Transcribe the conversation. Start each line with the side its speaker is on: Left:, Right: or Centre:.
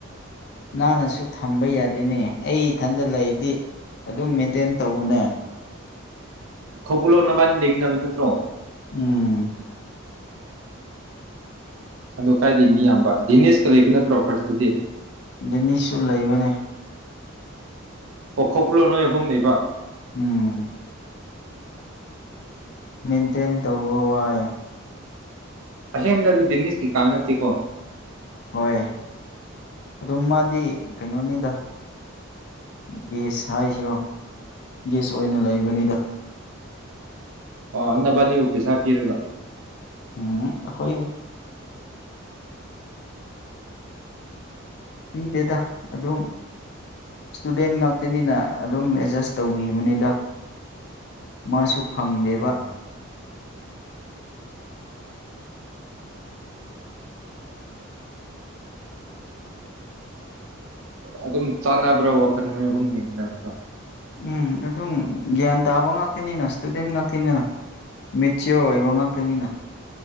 Left: ꯅꯥꯟꯅꯁꯨ ꯊꯝꯕ ꯌꯥꯏ ꯑꯗꯨꯅꯦ ꯑꯩ ꯏꯊꯟꯗ ꯂꯩꯗꯤ ꯑꯗꯨꯝ ꯃꯦꯟꯇꯦꯟ ꯇꯧꯕꯅꯦ
Right: ꯀꯧꯒꯨꯜꯂꯣꯟ ꯅꯕꯟꯅꯤ ꯂꯩꯃꯤꯟꯅꯕ ꯅꯠꯇ꯭ꯔꯣ?
Left: ꯎꯝ
Right: ꯑꯗꯣ ꯀꯥꯏꯗꯤ ꯃꯤ ꯌꯥꯝꯕ ꯗꯤꯅꯦꯁꯀꯥ ꯂꯩꯕ ꯅꯠꯇ꯭ꯔꯣ ꯐꯥꯔꯁꯇꯥꯗꯤ?
Left: ꯗꯤꯅꯤꯁꯨ ꯂꯩꯕꯅꯤ
Right: ꯑꯣꯈꯣ ꯄꯨꯂꯣ ꯅꯣꯏꯑꯍꯨꯝ ꯅꯦꯕ
Left: ꯎꯝ ꯃꯦꯟꯇꯦꯟ ꯇꯧꯕ ꯋꯥꯏ
Right: ꯑꯁꯦꯝ ꯅꯗꯨ ꯖꯤꯅꯤꯁꯀꯤ ꯀꯥꯥꯅꯠꯇꯦꯀꯣ
Left: ꯍꯣꯏ ꯑꯗꯨꯝ ꯃꯥꯗꯤ ꯀꯩꯅꯣꯅꯤꯗ ꯒꯦꯁ ꯍꯥꯏꯁꯤꯔꯣ ꯒꯦꯁ ꯑꯣꯏꯅ ꯂꯩꯕꯅꯤꯗ
Right: ꯑꯣ ꯅꯕꯟꯅꯤꯕꯨ ꯄꯩꯁꯥ ꯄꯤꯔꯒ
Left: ꯎꯝ ꯑꯩꯈꯣꯏ ꯄꯤꯗꯦꯗ ꯑꯗꯨꯝ ꯏꯁꯇꯨꯗꯦꯟ ꯉꯥꯛꯇꯅꯤꯅ ꯑꯗꯨꯝ ꯑꯦꯠꯖꯁ ꯇꯧꯕꯤꯕꯅꯤꯗ ꯃꯥꯁꯨ ꯐꯪꯗꯦꯕ
Right: ꯎꯝ ꯑꯗꯨꯝ ꯆꯥꯟꯅꯕ꯭ꯔꯥ ꯋꯥꯈꯜ ꯅꯣꯏ ꯑꯍꯨꯝꯅꯤꯗ ꯂꯩꯃꯤꯟꯅꯕꯗ
Left: ꯎꯝ ꯑꯗꯨꯝ ꯒ꯭ꯌꯥꯟ ꯇꯥꯕ ꯉꯥꯛꯇꯅꯤꯅ ꯏꯁꯇꯨꯗꯦꯟ ꯉꯥꯛꯇꯅꯤꯅ ꯃꯦꯆꯤꯌꯣꯔ ꯑꯣꯏꯕ ꯉꯥꯛꯇꯅꯤꯅ